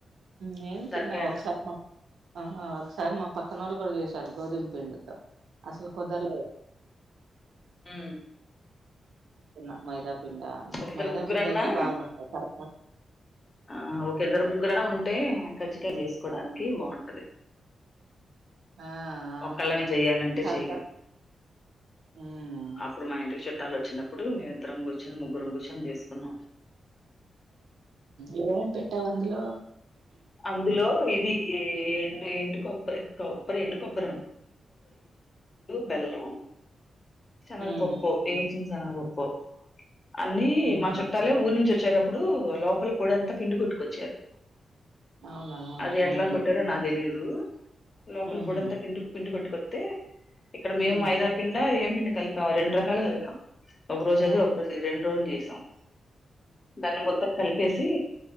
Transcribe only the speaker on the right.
నేను
తిన్నా ఒకసారి మా ఆ ఒకసారి మా పక్కనోళ్ళక్ ఇప్పుడు చేసారు గోధుమ పిండితో అసలు కుదరలేదు
<inaudible> మైదాపిం అని
మైదా
పపింండ అయితే బాగా వస్తాయి
ఆ అవును
కరకర
హ్మ్
ఇవం పెట్టావు అందులో
ఉమ్
ఉహు
అవునా
ఉమ్
ఉహు
ఉమ్
ఆ